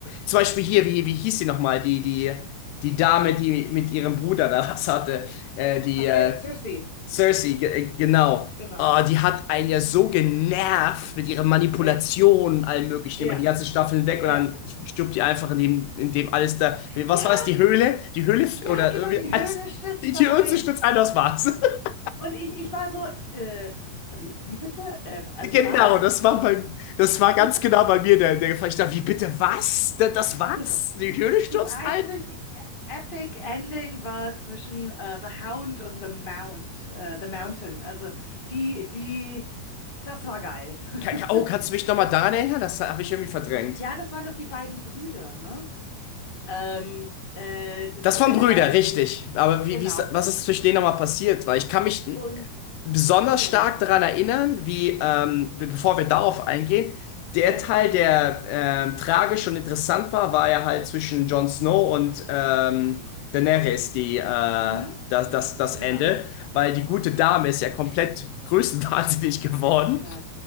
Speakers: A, on the left; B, on the left.
A: zum Beispiel hier, wie, wie hieß sie nochmal, die, die, die Dame, die mit ihrem Bruder da was hatte, äh, die
B: Ach,
A: äh,
B: Cer- Cersei.
A: Cersei, ge äh, genau.
B: Genau.
A: Oh, die hat einen ja so genervt mit ihrer Manipulation
B: Ja,
A: und allem Möglichen
B: ja,
A: über die ganze Staffel hinweg und
B: ja.
A: dann stirbt die einfach in dem, in dem alles da. Was
B: Ja,
A: war es, die Höhle? Die Höhle f-
B: ja,
A: oder
B: genau,
A: irgendwie
B: die
A: alles.
B: Höhle stürzt
A: Die Tür
B: dann ein.
A: zu stürzt ein, das war's. <laughs>
B: Und ich, ich war so, äh, s- wie, wie bitte? Äh, also
A: Genau,
B: was?
A: das war
B: Also
A: bei, das war ganz
B: das,
A: genau bei mir der, der Fall. Ich dachte, wie bitte was? Da- Das war's?
B: das,
A: Die Höhle stürzt
B: das einzig
A: ein?
B: epic Ending war zwischen äh, The Hound und The Mount, äh, The Mountain. Also die, die, das war geil.
A: Ka- ka-
B: <laughs>
A: Oh, kannst du mich nochmal daran erinnern? Das habe ich irgendwie verdrängt.
B: Ja, das waren doch die beiden Brüder, ne? Ähm, äh, das
A: Das
B: eine
A: waren Brüder,
B: war irgendwie,
A: richtig. Aber wie,
B: genau.
A: wie ist, was ist zwischen denen nochmal passiert? Weil ich kann mich n-
B: Und,
A: besonders
B: achso,
A: stark
B: ja.
A: daran erinnern, wie, ähm, be- bevor wir darauf eingehen, der
B: Ja,
A: Teil, der ähm, tragisch und interessant war, war ja halt zwischen Jon Snow und ähm, Daenerys, die, äh,
B: mhm,
A: das, das, das
B: genau.
A: Ende. Weil die gute Dame ist ja komplett <laughs> größenwahnsinnig geworden
B: Die ist ja